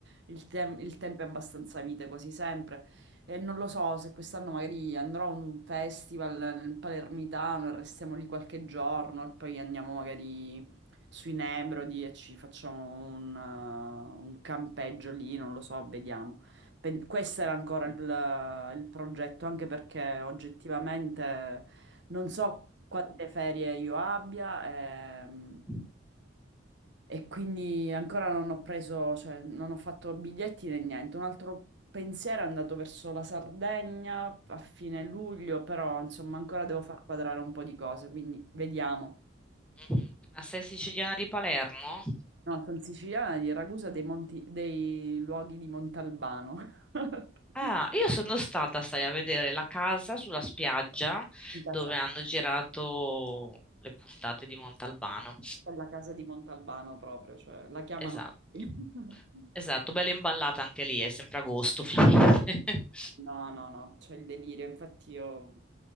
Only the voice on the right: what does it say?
il, tem- il tempo è abbastanza mite quasi sempre e non lo so se quest'anno magari andrò a un festival nel Palermitano e restiamo lì qualche giorno e poi andiamo magari sui Nebrodi e ci facciamo un, eh, un campeggio lì, non lo so, vediamo. Pe- questo era ancora il, il progetto, anche perché oggettivamente non so quante ferie io abbia ehm,
e, quindi ancora non ho preso, cioè non ho fatto biglietti né niente. Un altro pensiero è andato verso la Sardegna a fine luglio, però insomma ancora devo far quadrare un po' di cose, quindi vediamo.
No, sono siciliana di Ragusa dei, monti- dei luoghi di Montalbano. <laughs>
Da
sé,
quella casa di Montalbano proprio, cioè la chiamano
così. <laughs>
No, no, no, c'è il delirio. Infatti io